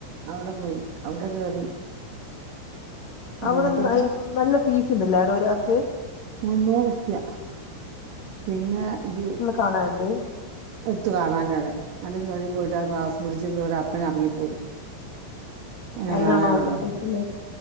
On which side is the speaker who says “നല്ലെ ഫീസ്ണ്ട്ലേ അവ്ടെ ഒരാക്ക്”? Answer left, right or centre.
Left